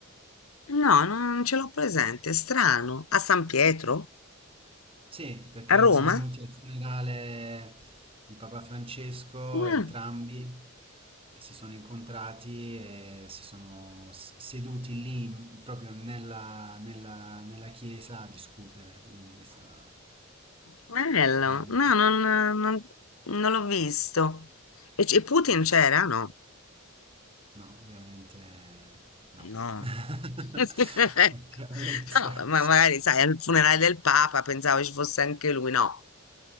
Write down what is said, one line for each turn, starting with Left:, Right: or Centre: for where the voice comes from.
Left: No, non ce l'ho presente, è strano. A San Pietro?
Right: Sì, perché
Left: A Roma?
Right: sono venuti al funerale di Papa Francesco,
Left: Mm,
Right: entrambi e si sono incontrati e si sono s- seduti lì, in- proprio nella, nella- nella chiesa a discutere. Quindi questa
Left: bello.
Right: era... una-
Left: No, non, non- non l'ho visto. E c- e Putin c'era? No.
Right: No, ovviamente no.
Left: No.
Right: <laughs>
Left: <laughs>
Right: Ovviamente.
Left: No, ma magari sai, al funerale del Papa pensavo ci fosse anche lui, no.